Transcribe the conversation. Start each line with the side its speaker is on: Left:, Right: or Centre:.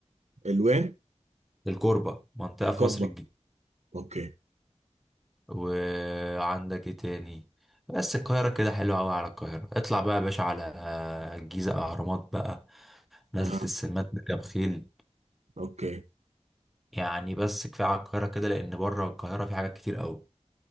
Right: الوين
Centre: الكوربه منطقه
Right: الكربه
Centre: في مصر
Right: اوكي
Centre: وعندك ايه تاني بس القاهرة كده حلوة أوي على القاهرة اطلع بقى يا باشا على الجيزة أهرامات بقى نزلة
Right: اها
Centre: السمان بركب خيل
Right: اوكي
Centre: يعني بس كفاية على القاهرة كده لأن بره القاهرة في حاجات كتير أوي